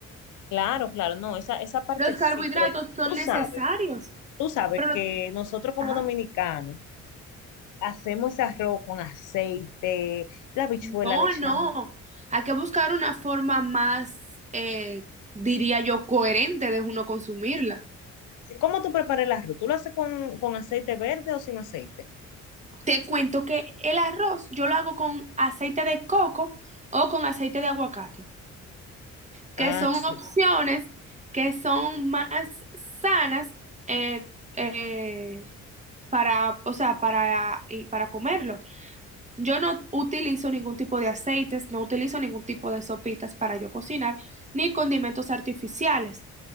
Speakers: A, on the left; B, on the right.
A: Claro, claro, no, esa, esa parte
B: Los
A: sí,
B: carbohidratos
A: pero
B: son
A: tú
B: necesarios,
A: sabes, tú sabes
B: pero
A: que
B: los-
A: nosotros como
B: ajá.
A: dominicanos hacemos ese arroz con aceite, la habichuela
B: No,
A: le echamos.
B: no. Hay que buscar una forma más, eh, diría yo, coherente de uno consumirla.
A: Sí, ¿Cómo tú preparas el arroz? ¿Tú lo haces con, con aceite verde o sin aceite?
B: Te cuento que el arroz yo lo hago con aceite de coco o con aceite de aguacate, que
A: Ah,
B: son
A: sí,
B: opciones que son más sanas eh, eh, para, o sea, para, y para comerlo. Yo no utilizo ningún tipo de aceites, no utilizo ningún tipo de sopitas para yo cocinar, ni condimentos artificiales.